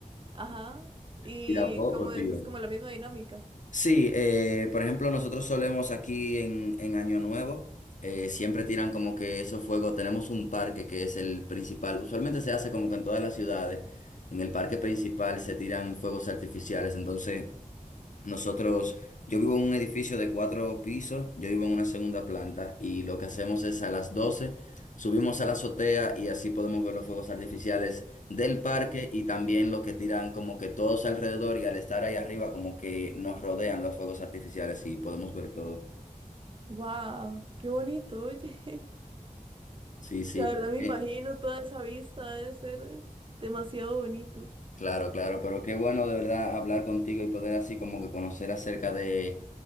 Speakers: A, on the right (about 35°); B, on the left (about 60°).
A: Ajá. Y
B: Tirapó
A: como
B: o tiro.
A: es, es como la misma dinámica.
B: Sí, eh, por ejemplo, nosotros solemos aquí en, en Año Nuevo, eh, siempre tiran como que esos fuegos, tenemos un parque que es el principal, usualmente se hace como que en todas las ciudades, en el parque principal se tiran fuegos artificiales, entonces... Nosotros, yo vivo en un edificio de cuatro pisos, yo vivo en una segunda planta y lo que hacemos es a las 12 subimos a la azotea y así podemos ver los fuegos artificiales del parque
A: Oh,
B: y también los que tiran como que todos alrededor y al estar ahí arriba como que nos rodean los fuegos artificiales y podemos ver todo.
A: wow, qué bonito, oye. <laughs>
B: Sí, sí,
A: La verdad me
B: eh,
A: imagino toda esa vista, debe ser demasiado bonito.
B: claro, claro, pero qué bueno de verdad hablar contigo y poder así como que conocer acerca de,